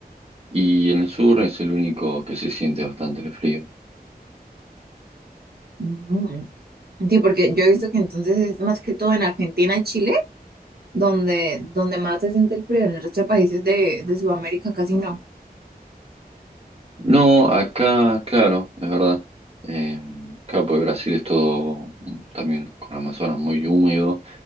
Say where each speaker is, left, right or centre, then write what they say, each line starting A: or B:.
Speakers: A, on the right (about 40°); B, on the right (about 75°).
A: Y en el sur es el único que se siente bastante el frío.
B: Mm. Sí, porque yo he visto que entonces es más que todo en Argentina y Chile, donde, donde más se siente el frío, en el resto de países de, de Sudamérica casi no.
A: No, acá, claro, es verdad. Eh, claro, porque Brasil es todo también con Amazonas muy húmedo,